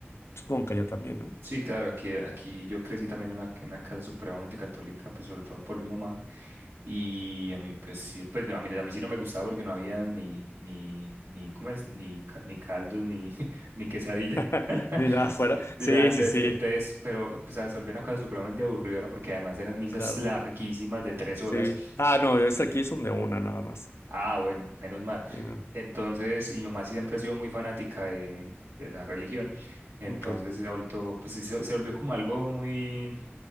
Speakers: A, on the left; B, on the right.
A: supongo que allá también, ¿no?
B: Sí, claro, aquí, aquí yo crecí también en una, en una casa supremamente católica, pues sobre todo por mi mamá. Y a mí, pues sí, pues a mí, a mí sí no me gustaba porque no había ni, ni, ni, ¿cómo es? Ni, ca- ni caldos, ni, <laughs> ni quesadilla,
A: <laughs>
B: <laughs>
A: Ni nada fuera.
B: ni
A: Sí,
B: nada. Entonces,
A: sí, sí,
B: entonces, pero pues se volvió una cosa supremamente aburridora porque además eran misas
A: claro,
B: larguísimas de tres horas.
A: sí. Ah, no, es aquí son de una nada más.
B: Ah, bueno, menos mal.
A: Sí, no.
B: Entonces, y mi mamá siempre ha sido muy fanática de, de la religión. Entonces
A: Ok.
B: se ha vuelto, pues sí, se, se volvió como algo muy